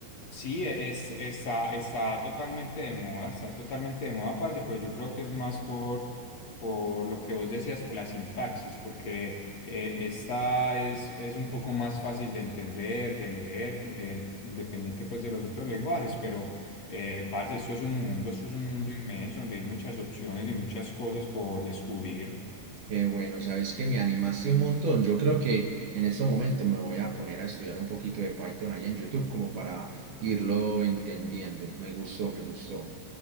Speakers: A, on the left (about 45°); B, on the right (about 60°).
A: Sí, e-, es, está, está totalmente de moda, está totalmente de moda, parce, pero yo creo que es más por, por lo que vos decías, por la sintaxis, porque eh, esta es, es un poco más fácil de entender, de leer, que, eh, independiente pues de los otros lenguajes, pero eh, parce, esto es un mundo, esto es un mundo inmenso donde hay muchas opciones y muchas cosas por descubrir.
B: Qué bueno, sabes que me animaste un montón. Yo creo que en estos momentos me voy a poner a estudiar un poquito de Python ahí en YouTube como para irlo entendiendo. Me gustó, me gustó.